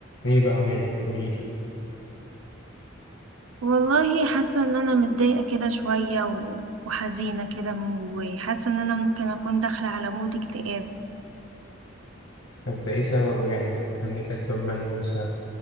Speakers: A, on the left; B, on the right.
A: ايه بقى مالك قوليلي
B: والله حاسة ان انا متضايقة كده شوية و- وحزينة كده من جوايا حاسة ان انا ممكن اكون داخلة على مود اكتئاب
A: طب ده ايه سببه يعني عندك اسباب ملموسة